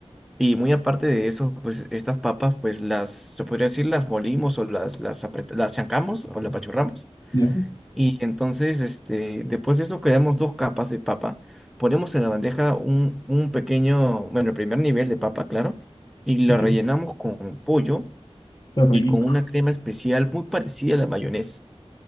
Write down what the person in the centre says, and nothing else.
Y muy aparte de eso, pues estas papas, pues las, se podría decir, las molimos o las, las, apret- las chancamos o las apachurramos.
Y entonces, este, después de eso, creamos dos capas de papa. Ponemos en la bandeja un, un pequeño, bueno, el primer nivel de papa, claro. Y lo
rellenamos con pollo
y con una crema especial muy parecida a la mayonesa.